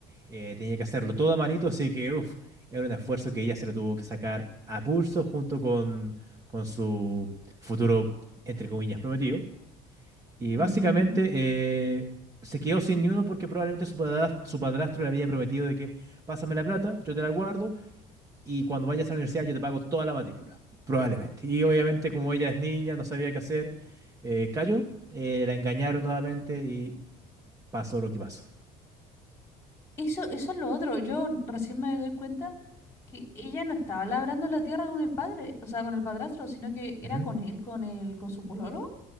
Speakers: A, on the right; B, on the left.
A: eh, tenía que hacerlo todo a manito, así que uf, era un esfuerzo que ella se lo tuvo que sacar a pulso junto con, con su futuro, entre comillas, prometido. Y
B: ujú,
A: básicamente
B: ujú.
A: eh, se quedó sin ni uno porque probablemente su padrastro, su padrastro le había prometido de que pásame la plata, yo te la guardo y cuando vayas a la universidad yo te pago toda la matrícula, probablemente. Y obviamente como ella es niña, no sabía qué hacer, eh, cayó, eh, la engañaron nuevamente y pasó lo que pasó.
B: Eso, eso es lo otro. Yo recién me doy cuenta que ella no estaba labrando la tierra con el padre, o sea, con el padrastro, sino que era
A: Ujú.
B: con él, con el, con su pololo.